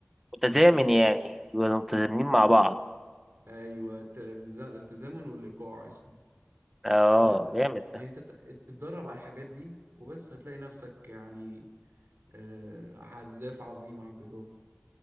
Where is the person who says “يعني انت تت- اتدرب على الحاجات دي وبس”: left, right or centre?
Right